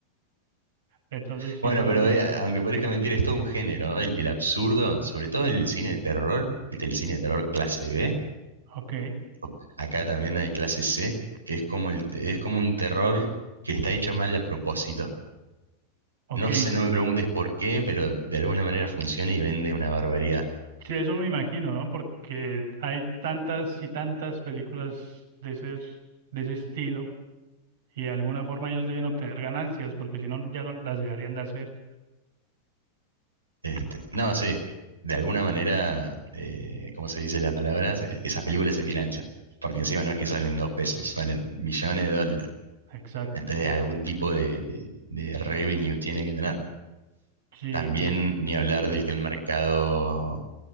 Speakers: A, on the right; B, on the right.
A: Entonces sí
B: Bueno,
A: son,
B: pero eh, aunque parezca mentira, es todo un género, ¿no? El, el absurdo, sobre todo en el cine de terror, ¿viste? El cine de terror clase B,
A: ok.
B: o- acá también hay clase C, que es como, el, es como un terror que está hecho mal a propósito.
A: Ok,
B: No sé, no me preguntes por qué, pero de alguna manera funciona y vende una barbaridad.
A: Sí, eso me imagino, ¿no? Porque hay tantas y tantas películas de ese, de ese estilo y de alguna forma ellos deben obtener ganancias porque si no ya no las dejarían de hacer.
B: Este, no, sí, de alguna manera, eh, ¿cómo se dice la palabra? Se- Esas películas se financian, porque encima no es que salen dos pesos, salen millones de dólares.
A: Exacto,
B: Entonces
A: sí.
B: algún tipo de, de- de revenue tiene que tener.
A: Sí,
B: También
A: y-
B: ni hablar del que el mercado